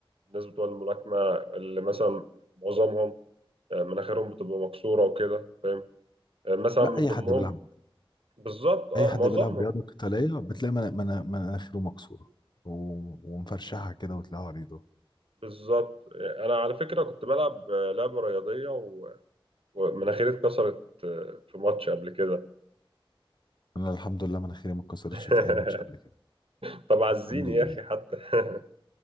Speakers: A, on the right (about 75°); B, on the left (about 50°).
A: الناس بتوع الملاكمة اللي مثلا معظمهم آه، مناخيرهم بتبقى مكسورة وكده فاهم آه، مثلا
B: لا
A: من
B: أي
A: ضمنهم
B: حد بيلعب
A: بالظبط اه
B: أي حد
A: معظمهم
B: بيلعب رياضة قتالية بتلاقي من... من... مناخيره مكسورة و... ومفرشحة كده وتلاقيها عريضة
A: بالظبط آه، أنا على فكرة كنت بلعب آه، لعبة رياضية و- ومناخيري اتكسرت آه، في ماتش قبل كده
B: أنا الحمد لله مناخيري ما اتكسرتش
A: <laughs>
B: في أي ماتش قبل كده
A: طب عزيني
B: الحمد لله
A: يا أخي حتى <laughs>